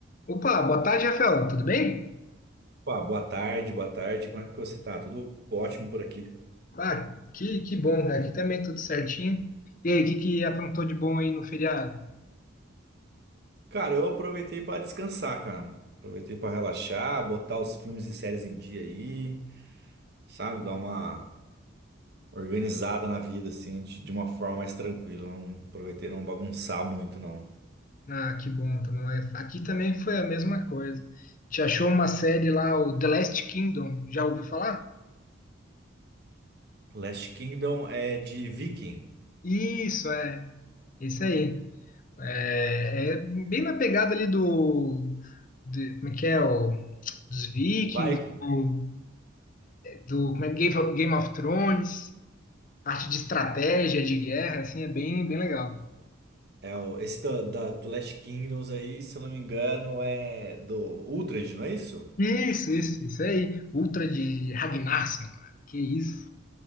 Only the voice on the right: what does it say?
Opa, boa tarde, boa tarde. Como é que você tá? Tudo ótimo por aqui.
Cara, eu aproveitei pra descansar, cara. Aproveitei pra relaxar, botar os filmes e séries em dia aí, sabe? Dar uma organizada na vida, assim, de, de uma forma mais tranquila. Não aproveitei não bagunçar muito, não.
Last Kingdom é de Viking.
O Viking.
É o, esse da, da- do Last Kingdoms aí, se eu não me engano, é do Uhtred, não é isso?